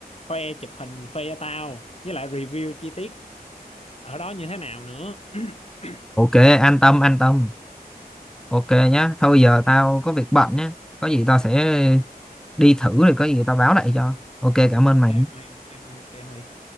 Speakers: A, on the left; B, in the centre.
A: khoe chụp hình khoe cho tao với lại review chi tiết ở đó như thế nào nữa <clears throat>
B: ok an tâm an tâm ok nhá thôi giờ tao có việc bận nhá có gì tao sẽ đi thử rồi có gì tao báo lại cho ok cảm ơn
A: ok
B: mày
A: Huy ok Huy ok Huy